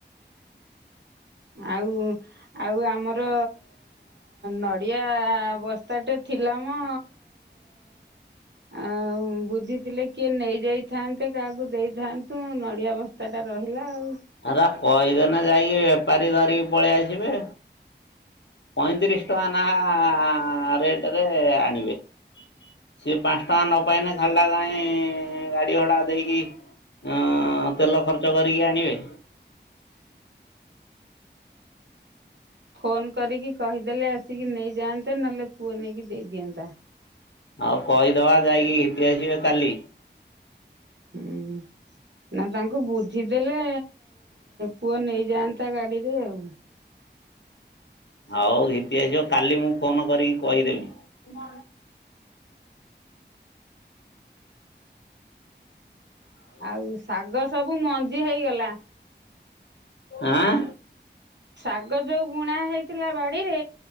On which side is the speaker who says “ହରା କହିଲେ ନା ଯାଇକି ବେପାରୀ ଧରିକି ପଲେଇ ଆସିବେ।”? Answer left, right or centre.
Left